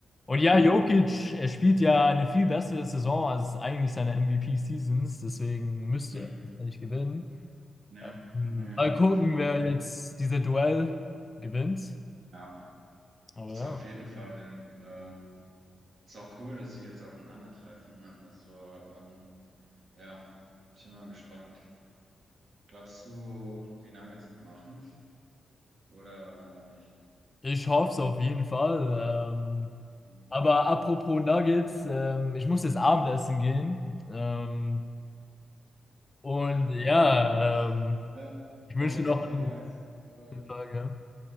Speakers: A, on the left; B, on the right.
A: und
B: Mhm.
A: ja, Jokic, er spielt ja eine viel bessere Saison als eigentlich seine MVP-Seasons, deswegen müsste
B: Hm,
A: er das eigentlich gewinnen.
B: Ja,
A: Mal
B: naja,
A: gucken,
B: das-
A: wer
B: ja.
A: jetzt dieses Duell gewinnt.
B: Ja.
A: Aber
B: Ist
A: ja.
B: auf jeden Fall, äh, ist auch cool, dass die jetzt aufeinandertreffen. ne? Also, ähm, ja, ich bin mal gespannt. Glaubst du, die Nuggets machen's oder nicht?
A: Ich hoffe es auf jeden Fall. Ähm,
B: Hm.
A: aber apropos Nuggets, ähm, ich muss jetzt Abendessen
B: <laughs>
A: gehen. Ähm, und
B: Aber
A: ja,
B: okay.
A: ähm,
B: Ja,
A: ich
B: war
A: wünsche
B: auf
A: dir
B: jeden
A: noch
B: Fall
A: einen
B: nice. Äh,
A: schönen Tag. Ja.